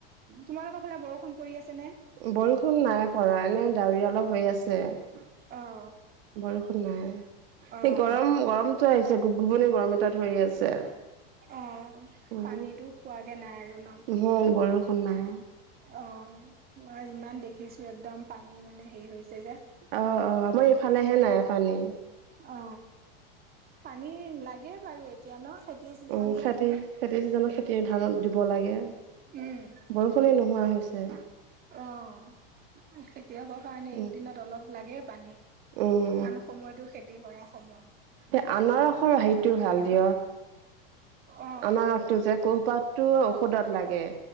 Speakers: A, on the right (about 30°); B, on the right (about 65°).
A: তোমালোকৰ ফালে বৰষুণ পৰি আছেনে?
B: বৰষুণ নাই পৰা এনে ডাৱৰীয়া অলপ হৈ আছে।
A: অ অ
B: বৰষুণ নাই।
A: অ
B: এই গৰম
A: অ
B: গৰমটো আহিছে গুপগুপনি গৰম এটা ধৰি আছে।
A: অ।
B: উম
A: পানীতটো পোৱাগে নাই আৰু ন?
B: উম বৰষুণ নাই।
A: অ। মই ইমান দেখিছো একদম পানী মানে হেৰি হৈছে যে।
B: অ অ, আমাৰ ইফালেহে
A: উম
B: নাই পানী।
A: অ। পানী লাগে বাৰু এতিয়া ন? খেতিৰ চিজন
B: উম
A: যে
B: খেতি খেতিৰ চিজনত খেতি ধানত দিব লাগে।
A: উম
B: বৰষুণেই নোহোৱা হৈছে।
A: অ। খেতিয়কৰ কাৰণে এইকেইদিনত
B: উম
A: অলপ লাগে পানী।
B: উম
A: কাৰণ সময়তো খেতি কৰাৰ সময়।
B: এ আনাৰসৰ হাইটোও ভাল দিয়ক।
A: অ
B: আনাৰসটো যে কোহপাতটো
A: অ অ
B: ঔষধত লাগে।